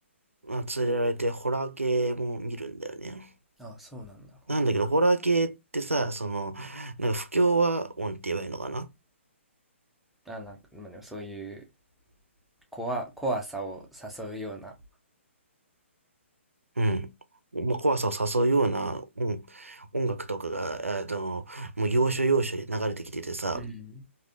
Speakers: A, on the right (about 80°); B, in the centre.
A: まあ、連れられてホラー系も見るんだよね。
B: あそうなんだほら
A: なんだけど、ホラー系ってさ、その、なんか不協和音って言えばいいのかな
B: あなんか、まあ、でもそういう怖、怖さを誘うような
A: うん。まあ、怖さを誘うような、うん、音楽とかが、あの、もう要所要所で流れてきててさ、
B: うん